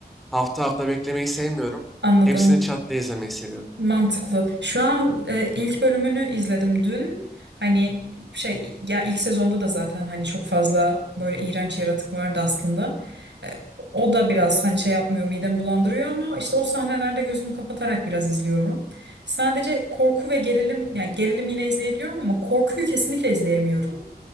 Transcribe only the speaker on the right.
Anladım.
Mantıklı. Şu an e, ilk bölümünü izledim dün. Hani şey ya ilk sezonda da zaten hani çok fazla böyle iğrenç yaratık vardı aslında. E, o da biraz hani şey yapmıyor, midemi bulandırıyor ama işte o sahnelerde gözümü kapatarak biraz izliyorum. Sadece korku ve gerilim yani gerilim yine izleyebiliyorum ama korkuyu kesinlikle izleyemiyorum.